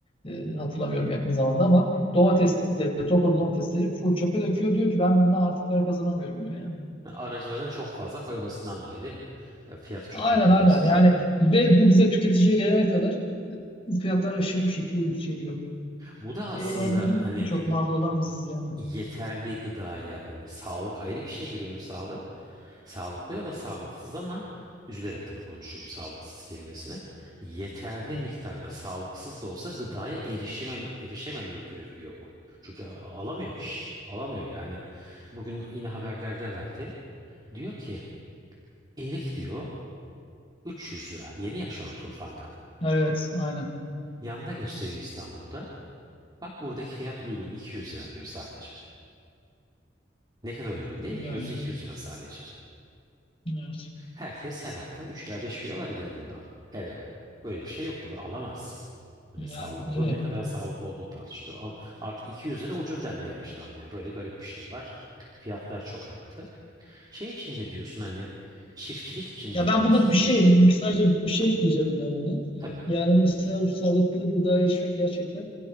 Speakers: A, on the left; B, on the right.
A: e, hatırlamıyorum yakın zamanda ama domatesleri topladığı domatesleri full çöpe döküyor. Diyor ki ben bundan artık para kazanamıyorum diyor yani.
B: Aracıların çok fazla koymasından dolayı değil mi? E, Fiyatı çok
A: Aynen
B: arttırması.
A: aynen yani ve bu bize tüketiciye gelene kadar e, fiyatlar aşırı bir şekilde yükseliyor.
B: Bu da aslında
A: E, En
B: hani
A: çok mağdur olan biziz yani.
B: yeterli gıdaya hani sağlık ayrı bir şey ürünün sağlığı. Sağlıklı ya da sağlıksız ama üzülerek tabii konuşuyorum sağlıksız kelimesini. Yeterli miktarda sağlıksız da olsa gıdaya erişemem, erişememeyi körüklüyor bu. Çünkü a- alamıyor kişi. Alamıyor yani. Bugün yine haberlerde verdi. Diyor ki erik diyor 300 lira. Yeni ya şu an Turfan'da.
A: Evet aynen
B: Yanda gösteriyor İstanbul'da. Bak buradaki fiyat uygun 200 lira diyor sadece. Ne kadar uygun değil
A: yani.
B: mi? Kilosu 200 lira sadece.
A: Evet.
B: Herkes her hafta 3 ila 5 kilo alabilir bundan. Her eve. Öyle bir şey yok tabii alamaz. Hani
A: Yani
B: sağlıklı
A: evet.
B: ne kadar sağlıklı olduğu tartışılır. Ama Artık 200 lira ucuz denmeye başlandı. Yani böyle garip bir şey var. Fiyatlar çok arttı. Şey için ne diyorsun hani çiftçilik için
A: Ya
B: ne
A: ben
B: diyorsun?
A: buna bir şey sadece bir şey ekleyeceğim ben buna.
B: Tabii.
A: Yani mesela bu sağlıklı gıda erişmek gerçekten